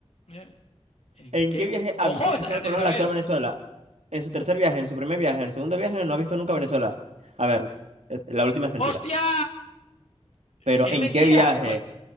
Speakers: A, on the left; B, on the right.
A: Eh, ¿En
B: ¿En
A: qué?
B: qué viaje ha
A: ¡Ojo!
B: visto Cristóbal
A: Esta La tienes
B: Colón
A: que saber.
B: la actual Venezuela? En su tercer viaje, en su primer viaje, en el segundo viaje, no ha visto nunca Venezuela. A ver, eh, la última es mentira.
A: ¡Hostia!
B: Pero
A: ¡Es
B: ¿en
A: mentira!
B: qué viaje?
A: Pues,